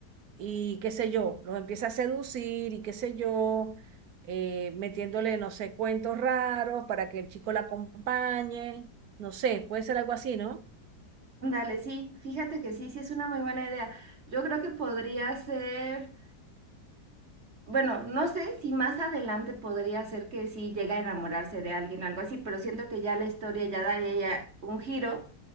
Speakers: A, on the right; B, on the right.
A: y qué sé yo, los empieza a seducir y qué sé yo, eh, metiéndole, no sé, cuentos raros para que el chico la acompañe, no sé, puede ser algo así, ¿no?
B: ándale, sí, fíjate que sí, sí es una muy buena idea. Yo creo que podría ser... Bueno, no sé si más adelante podría ser que sí llegue a enamorarse de alguien, algo así, pero siento que ya la historia ya daría ya un giro